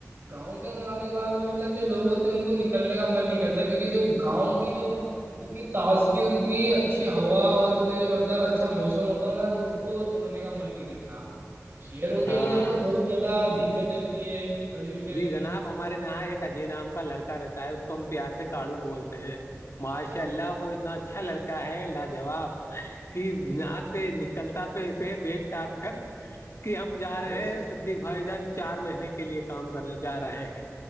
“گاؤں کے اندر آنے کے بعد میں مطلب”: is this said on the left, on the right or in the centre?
Right